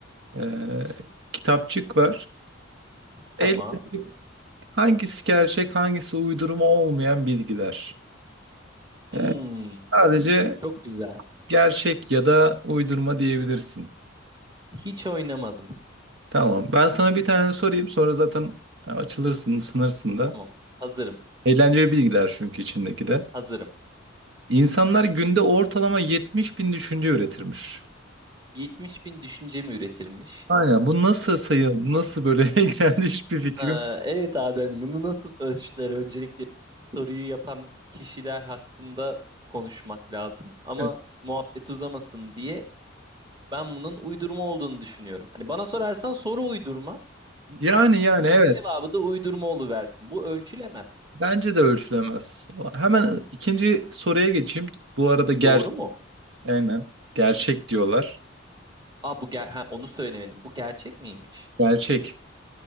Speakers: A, on the right; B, on the right.
A: e, kitapçık var.
B: Tamam.
A: Elimde hangisi gerçek, hangisi uydurma olmayan bilgiler.
B: Hmm,
A: E, sadece
B: çok güzel.
A: gerçek ya da uydurma diyebilirsin.
B: Hiç oynamadım.
A: Tamam. Ben sana bir tane sorayım. Sonra zaten açılırsın, ısınırsın da.
B: Tamam. Hazırım.
A: Eğlenceli bilgiler çünkü içindeki de.
B: Hazırım.
A: İnsanlar günde ortalama 70 bin düşünce üretirmiş.
B: 70 bin düşünce mi üretilmiş?
A: Aynen bu nasıl sayı nasıl böyle <laughs> kendi hiçbir fikrim.
B: Ee, evet abi hani bunu nasıl ölçtüler? Öncelikle soruyu yapan kişiler hakkında konuşmak lazım. Ama
A: yok.
B: muhabbet uzamasın diye ben bunun uydurma olduğunu düşünüyorum. Hani bana sorarsan soru uydurma
A: Yani yani
B: ama
A: evet
B: cevabı da uydurma oluversin. Bu ölçülemez.
A: bence de ölçülemez. Hemen ikinci soruya geçeyim. Bu arada ger
B: Doğru mu?
A: aynen gerçek diyorlar.
B: Aa bu ger ha, onu söylemedim. Bu gerçek miymiş?
A: Gerçek.